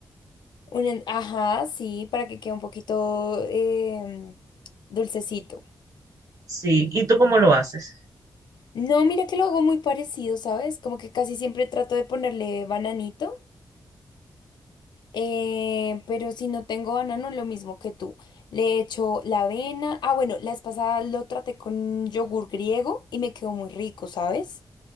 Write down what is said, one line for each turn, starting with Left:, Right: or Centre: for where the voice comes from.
Left: Un, en- ajá, sí, para que quede un poquito em, dulcecito.
Right: Sí. ¿Y tú cómo lo haces?
Left: No, mira que lo hago muy parecido, ¿sabes? Como que casi siempre trato de ponerle bananito. Eh, pero si no tengo banano, lo mismo que tú. Le echo la avena. Ah, bueno, la vez pasada lo traté con yogur griego y me quedó muy rico, ¿sabes?